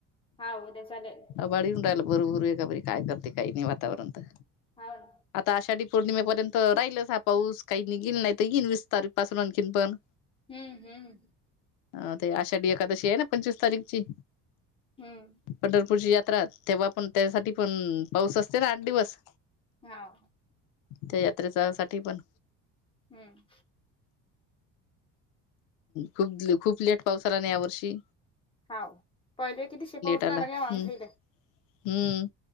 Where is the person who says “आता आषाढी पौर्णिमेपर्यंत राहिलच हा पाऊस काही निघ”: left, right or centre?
Left